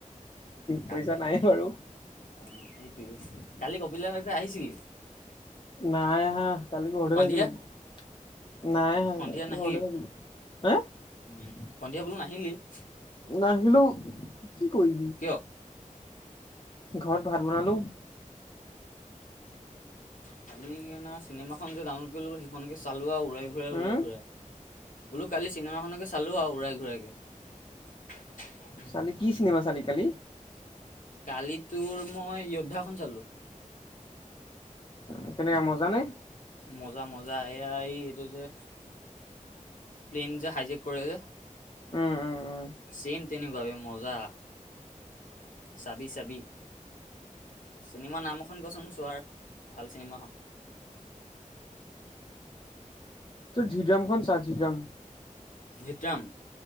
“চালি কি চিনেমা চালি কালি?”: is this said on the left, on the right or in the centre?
Left